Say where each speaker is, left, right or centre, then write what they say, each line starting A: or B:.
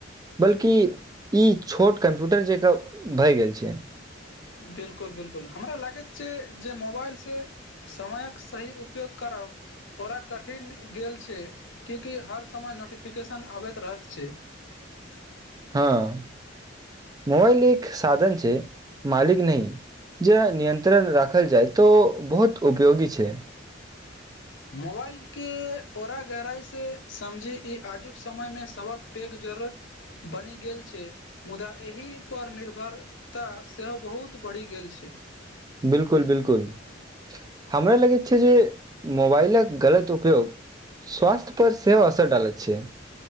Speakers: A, on the right (about 20°); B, on the left (about 65°).
A: बल्कि ई छोट कम्प्यूटर जेका भए गेल छै
B: बिलकुल बिलकुल हमरा लागैत छै जे मोबाइल से समयक सही उपयोग करब <unintelligible> कठिन गेल छै कियकि हर समय नोटिफिकेशन आबैत रहैत छै
A: हँ मोबाइल एक साधन छै मालिक नहि जे नियंत्रण राखल जाय त बहुत उपयोगी छै
B: मोबाइल के औरा गहराइ से समझी ई आजुक समय मे सबकेँ पैघ जरूरत बनि गेल छै मुद्दा एहि पर निर्भरता सेहो बहुत बढ़ि गेल छै
A: बिल्कुल बिल्कुल हमरा लगैत छै जे मोबाइलक गलत उपयोग स्वास्थ्य पर सेहो असर डालैत छै